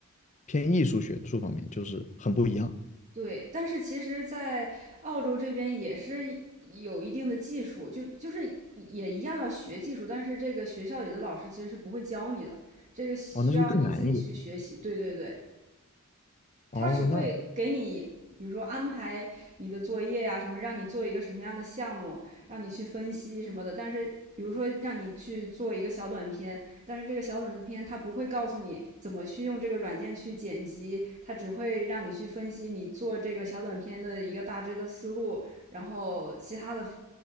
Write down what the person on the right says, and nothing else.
对，但是其实，在澳洲这边也是有一定的技术，就就是也一样要学技术，但是这个学校里的老师其实是不会教你的，这个需要你自己去学习。
对对对，
他只会给你，
比如说安排你的作业呀、啊什么，让你做一个什么样的项目，让你去分析什么的。但是，比如说让你去做一个小短片，但是这个小短片它不会告诉你怎么去用这个软件去剪辑，它只会让你去分析你做这个小短片的一个大致的思路，然后其他的，